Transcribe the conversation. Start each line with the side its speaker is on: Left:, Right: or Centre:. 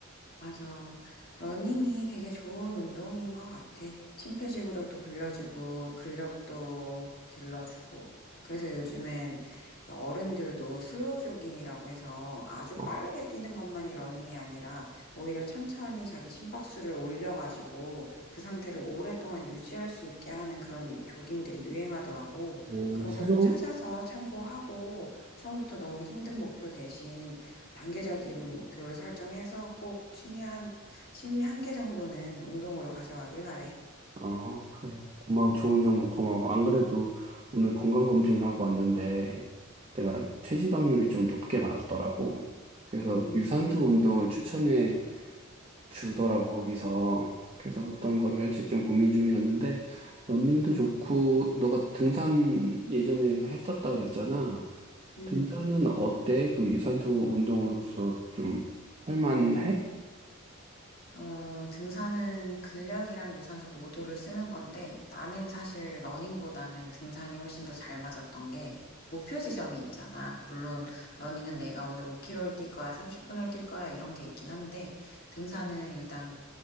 Left: 맞아. 러닝이 되게 좋은 운동인 것 같아. 심폐지구력도 길러주고, 근력도 길러주고. 그래서 요즘엔 그 어른들도 슬로우 조깅이라고 해서 아주 빠르게
Right: 어,
Left: 뛰는 것만이 러닝이 아니라 오히려 천천히 자기 심박수를 올려가지고 그 상태를 오랫동안 유지할 수 있게 하는 그런 유- 조깅들이 유행하더라고.
Right: 뭐
Left: 그런
Right: 슬로우
Left: 거 좀 찾아서 참고하고 처음부터 너무 힘든 목표 대신 단계적인 목표를 설정해서 꼭 취미 한, 취미 한 개 정도는 운동으로 가져가길 바래.
Right: 어, 그래. 고마워. 좋은 정보 고마워. 안 그래도 오늘 건강검진을 하고 왔는데 내가 체지방률이 좀 높게 나왔더라고. 그래서
Left: 음,
Right: 유산소 운동을 추천해 주더라고, 거기서. 그래서 어떤 거를 할지 좀 고민 중이었는데, 러닝도 좋고, 너가 등산 예전에 했었다 그랬잖아.
Left: 음.
Right: 등산은 어때? 그 유산소 운동으로서 좀 할만해?
Left: 어, 등산은 근력이랑 유산소 모두를 쓰는 건데 나는 사실 러닝보다는 등산이 훨씬 더 잘 맞았던 게 목표 지점이 있잖아. 물론 러닝은 내가 오늘 5km를 뛸 거야, 30분을 뛸 거야 이런 게 있긴 한데 등산은 일단